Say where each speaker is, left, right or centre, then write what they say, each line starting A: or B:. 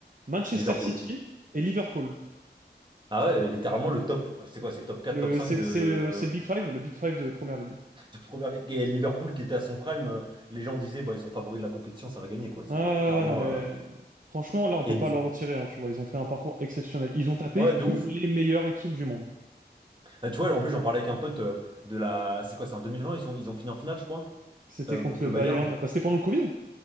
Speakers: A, on the right; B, on the right.
A: Manchester
B: Liverpool.
A: City et Liverpool.
B: Ah ouais, mais littéralement le top, euh, c'est quoi, c'est top 4,
A: Le
B: top 5
A: c'est
B: de,
A: c'est le c'est le Big Five, le Big Five de Première Ligue.
B: de première ligue. Et Liverpool qui était à son prime, euh, les gens disaient, bah, ils sont favoris de la compétition, ça va gagner, quoi. C'est
A: Ah
B: littéralement.
A: non mais
B: euh,
A: franchement là on peut
B: Et du...
A: pas leur retirer hein, tu vois, ils ont fait un parcours exceptionnel. Ils ont tapé
B: Ouais,
A: que
B: de ouf.
A: les meilleures équipes du monde.
B: Ah, tu vois, en plus, j'en parlais avec un pote euh, de la. C'est quoi, c'est en 2020, ils sont... ils ont fini en finale, je crois,
A: C'était
B: euh,
A: contre
B: contre
A: le
B: le
A: Bayern.
B: Bayern.
A: Bah, c'était pendant le Covid?